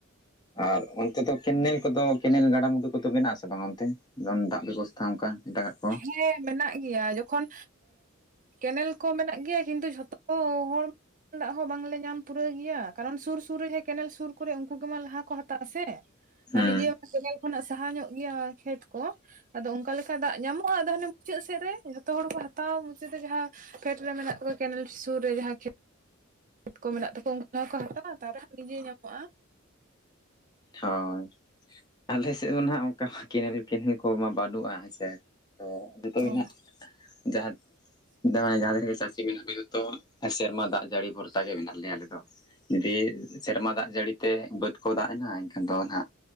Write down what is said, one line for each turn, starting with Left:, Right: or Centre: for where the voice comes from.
Left: ᱟᱨ ᱚᱱᱛᱮ ᱫᱚ ᱠᱮᱱᱮᱞ ᱠᱚᱫᱚ ᱠᱮᱱᱮᱞ ᱜᱟᱰᱟ ᱢᱩᱰᱩ ᱠᱚᱫᱚ ᱢᱮᱱᱟᱜᱼᱟ ᱟᱥᱮ ᱵᱟᱝ ᱚᱱᱛᱮ ᱫᱚᱢ ᱫᱟᱜ? ᱵᱮᱵᱚᱥᱛᱷᱟ ᱚᱱᱠᱟ ᱮᱴᱟᱜᱟᱜ ᱠᱚ ᱾
Right: ᱦᱮᱸ ᱢᱮᱱᱟᱜ ᱜᱮᱭᱟ ᱡᱚᱠᱷᱚᱱ ᱠᱮᱱᱮᱞ ᱠᱚ ᱢᱮᱱᱟᱜ ᱜᱮᱭᱟ ᱠᱤᱱᱛᱩ ᱡᱷᱚᱛᱚ ᱦᱚᱲ ᱫᱟᱜ ᱦᱚᱸ ᱵᱟᱝᱞᱮ ᱧᱟᱢ ᱯᱩᱨᱟᱹᱣ ᱜᱮᱭᱟ ᱠᱟᱨᱚᱱ ᱥᱩᱨ ᱥᱩᱨ ᱨᱮ ᱡᱟᱦᱟᱸ ᱠᱮᱱᱮᱞ ᱥᱩᱨ ᱠᱚᱨᱮ ᱩᱱᱠᱩ ᱜᱮᱢᱟ ᱞᱟᱦᱟ ᱠᱚ ᱦᱟᱛᱟ ᱾. ᱟᱸᱥᱮ
Left: ᱦᱩᱸ
Right: ᱟᱨ ᱱᱤᱡᱮ ᱠᱮᱱᱮᱞ ᱠᱷᱚᱱᱟᱜ ᱥᱟᱦᱟ ᱧᱚᱜ ᱜᱮᱭᱟ ᱠᱷᱮᱛ ᱠᱚ ᱟᱫᱚ ᱚᱱᱠᱟ ᱞᱮᱠᱟ ᱫᱟᱜ ᱧᱟᱢᱚᱜᱼᱟ ᱟᱫᱚ, ᱦᱟᱱᱮ ᱢᱩᱪᱟᱹᱫ ᱥᱮᱜ ᱨᱮ ᱡᱷᱚᱛᱚ ᱦᱚᱲ ᱠᱚ ᱦᱟᱛᱟᱣᱟ ᱢᱩᱪᱟᱹᱫ ᱨᱮ ᱡᱟᱦᱟᱸ ᱯᱷᱮᱰ ᱨᱮ ᱢᱮᱱᱟᱜ ᱛᱟᱠᱚᱣᱟ ᱠᱮᱱᱮᱞ ᱥᱩᱨ ᱨᱮ ᱡᱟᱦᱟᱸ <unintelligible> ᱪᱚᱴ ᱠᱚ ᱢᱮᱱᱟᱜ ᱛᱟᱠᱚᱣᱟ ᱩᱱᱠᱩ ᱞᱟᱦᱟ ᱦᱟᱛᱟᱣᱟ ᱛᱟᱯᱚᱨᱮ ᱱᱤᱡᱮ ᱧᱟᱢᱚᱜᱼᱟ
Left: ᱦᱳᱭ ᱾ ᱟᱞᱮᱥᱮᱫ ᱫᱚ ᱱᱟᱜ ᱚᱱᱠᱟ ᱠᱮᱱᱮᱞ ᱠᱮᱱᱮᱞ ᱠᱚᱢᱟ ᱵᱟᱹᱱᱩᱜᱼᱟ ᱦᱮᱸᱥᱮ ᱫᱚ ᱫᱩᱭᱱᱟᱜ
Right: ᱚ
Left: ᱡᱟᱦᱟᱸ <unintelligible> ᱡᱟᱦᱟᱸᱭ ᱡᱟᱦᱟᱹᱨᱮᱜᱮ ᱪᱟᱥᱤ ᱢᱮᱱᱟᱜ ᱠᱚᱣᱟ ᱡᱚᱛᱚ ᱥᱮᱨᱢᱟ ᱫᱟᱜ ᱡᱟᱹᱲᱤ ᱵᱷᱚᱨᱥᱟ ᱜᱮ ᱢᱮᱱᱟᱜ ᱞᱮᱭᱟ ᱟᱞᱮ ᱫᱚ ᱾ ᱡᱩᱫᱤ ᱥᱮᱨᱢᱟ ᱫᱟᱜ ᱡᱟᱹᱲᱤ ᱛᱮ ᱵᱟᱹᱫᱽ ᱠᱚ ᱫᱟᱜ ᱮᱱᱟ ᱾ ᱟᱫᱚ ᱱᱟᱜ